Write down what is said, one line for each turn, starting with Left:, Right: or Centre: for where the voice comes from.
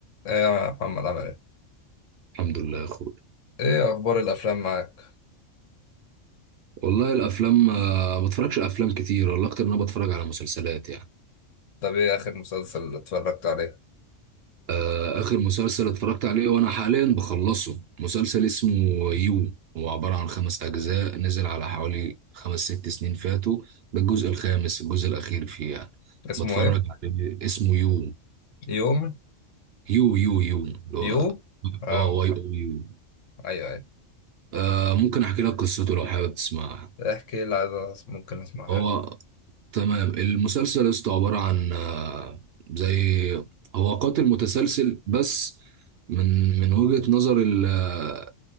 Left: ايه يا محمد عامل ايه؟
Right: الحمد لله يا اخويا
Left: ايه اخبار الافلام معاك؟
Right: والله الافلام آه، ما بتفرجش على افلام كتير والله اكتر ان انا بتفرج على مسلسلات يعني
Left: طب ايه اخر مسلسل اتفرجت عليه؟
Right: آه، اخر مسلسل اتفرجت عليه وانا حاليا بخلصه مسلسل اسمه يو هو عبارة عن خمس اجزاء نزل على حوالي خمس ست سنين فاتوا ده الجزء الخامس الجزء الاخير فيه يعني
Left: اسمه
Right: بتفرج
Left: ايه؟
Right: عليه اسمه يو
Left: يوم
Right: يو يو يو اللي هو
Left: يو؟ اه
Right: اه واي او يو
Left: ايوه ايوه
Right: آه، ممكن احكي لك قصته لو حابب تسمعها
Left: احكي لي عايز أس- ممكن اسمعها
Right: هو تمام المسلسل يا اسطى عبارة عن آه، زي هو قاتل متسلسل بس من من وجهة نظر ال- آه،